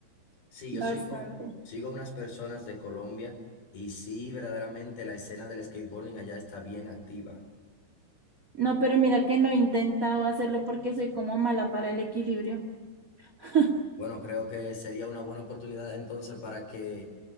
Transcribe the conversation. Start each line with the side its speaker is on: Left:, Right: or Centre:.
Left: Sí, yo
Right: bastante.
Left: sigo, sigo unas personas de Colombia y sí, verdaderamente la escena del skateboarding allá está bien activa.
Right: No, pero mira que no he intentado hacerlo porque soy como mala para el equilibrio. <laughs>
Left: Bueno, creo que sería una buena oportunidad entonces para que